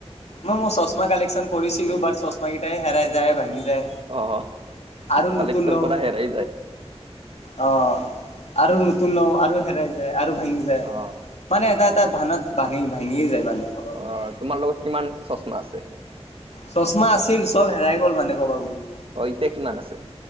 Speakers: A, on the left (about 80°); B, on the right (about 55°).
A: মই মোৰ চশমা কালেকশচন কৰিছিলো বাট চশমা কেইটাই হেৰাই যায়, ভাঙি যায়
B: অ,
A: আৰু
B: কালেকচন
A: নতুন লওঁ
B: কৰা হেৰাই যায়।
A: অ আৰু নতুন ল আৰু হেৰাই য আৰু ভাঙি যায়
B: অ
A: মানে এটা এটা ভানত ভাঙি, ভাঙি যায় মানে। ক'ব গ'লে
B: আহ তোমাৰ লগত কিমান চশমা আছে?
A: চশমা আছিল চব হেৰাই গ'ল মানে কবা গ'লে।
B: অহ, এতিয়া কিমান আছে?